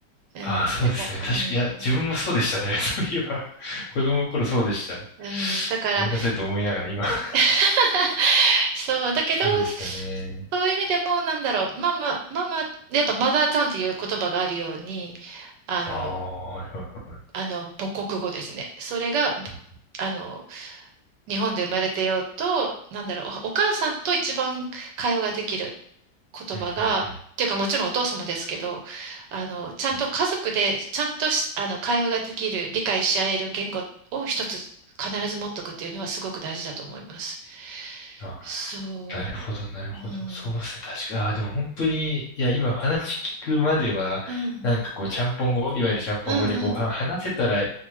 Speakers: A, on the right; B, on the left.
A: うん、
B: ああ、そうですね。
A: だから、うん、
B: 確か、いや、自分もそうでしたね。<laughs> そういえば、子供の頃そうでした。
A: うん、だから
B: ごめんなさいと思いながら今。<laughs>
A: <laughs> そうだけど
B: そうでしたね。
A: そういう意味でもなんだろうママママやっぱマザーちゃんっていう言葉があるように。あの
B: ああ、はいはいは
A: あの、母国語ですね。それが、
B: い。うん、
A: あの、日本で生まれてようと、なんだろう、お、お母さんと一番会話ができる言葉が、
B: うん、うん、う
A: っていうかもちろんお父様ですけど、あの、ちゃんと家族で、
B: ん。うん
A: ちゃんとしあの、会話ができる、理解し合える言語を一つ必ず持っとくっていうのはすごく大事だと思います。
B: あ
A: そ
B: なるほど、なるほど。
A: う。うん。
B: そうですね。確かに。ああ、でも本当に、いや、今話聞くまでは、
A: うん。
B: なんかこう、ちゃんぽん語、いわゆるちゃんぽん語でこう、
A: うんうん。
B: は話せたら、